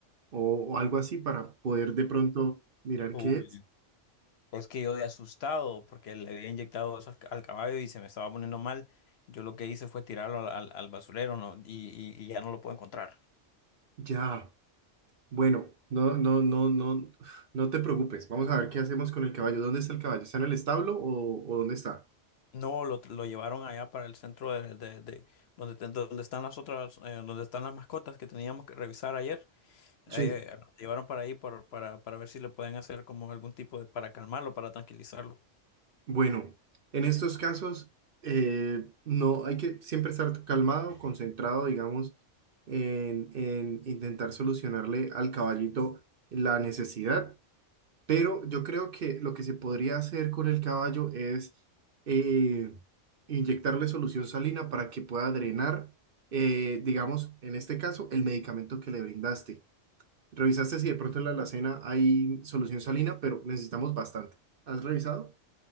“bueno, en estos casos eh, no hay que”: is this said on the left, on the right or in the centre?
Right